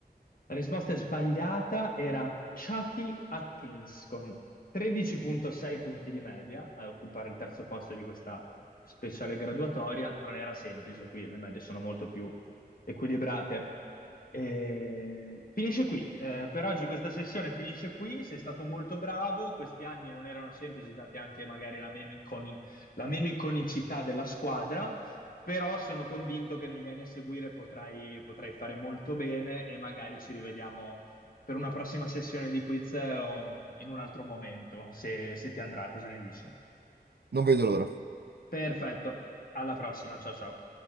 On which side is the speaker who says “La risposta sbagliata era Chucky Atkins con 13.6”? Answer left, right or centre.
Left